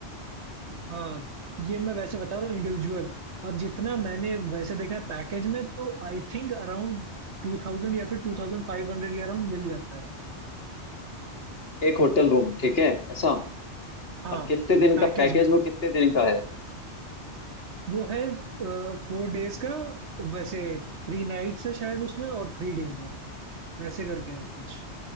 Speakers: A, on the right; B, on the left.
A: हाँ ये मैं वैसे बता रहा हूँ इंडिविजुअल और जितना मैंने वैसे देखा है पैकेज में तो आई थिंक अराउंड टू थाउजेंड या फिर टू थाउजेंड फाइव हंड्रेड के अराउंड मिल जाता है
B: एक होटल रूम ठीक है ऐसा
A: हाँ
B: और कितने दिन
A: पैकेज
B: का पैकेज
A: में
B: वो कितने दिन का है
A: वो है फोर डेज का वैसे थ्री नाइट्स है शायद उसमें और थ्री डेज है वैसे करके है कुछ